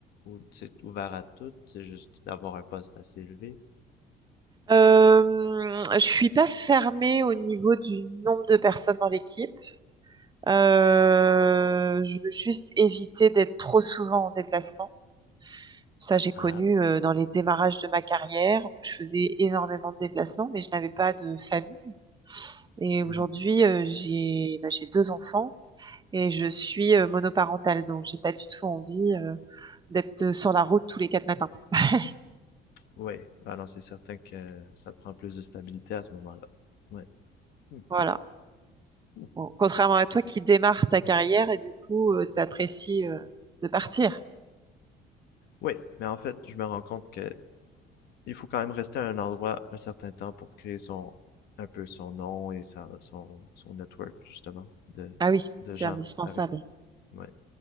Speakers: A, on the left; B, on the right.
A: ou c'est ouvert à tout? C'est juste d'avoir un poste assez élevé?
B: Euh, je suis pas fermée au niveau du nombre de personnes dans l'équipe. Euh, je veux juste éviter d'être trop souvent en déplacement. Ça, j'ai connu
A: Ah. <laughs>
B: euh, dans les démarrages de ma carrière où je faisais énormément de déplacements, mais je n'avais pas de famille. Et
A: Hmm.
B: aujourd'hui, euh, j'ai bah, j'ai deux enfants et je suis euh, monoparentale, donc j'ai pas du tout envie euh, d'être euh, sur la route tous les quatre matins. <laughs>
A: Oui. Ah non, c'est certain que ça prend plus de stabilité à ce moment-là. ouais Hmm.
B: Voilà.
A: Hmm.
B: Bon, contrairement à toi qui démarre ta carrière et du coup, euh, t'apprécies euh, de partir.
A: Oui, mais en fait, je me rends compte que il faut quand même rester à un endroit un certain temps pour créer son un peu son nom et sa, son, son network justement de,
B: Ah oui,
A: de
B: c'est
A: gens
B: indispensable.
A: avec ouais.